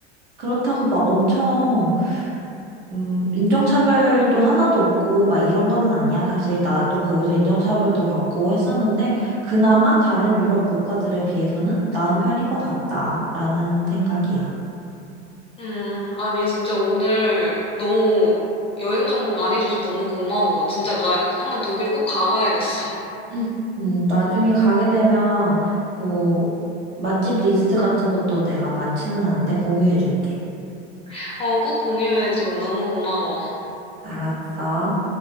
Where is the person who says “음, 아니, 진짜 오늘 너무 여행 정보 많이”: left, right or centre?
Left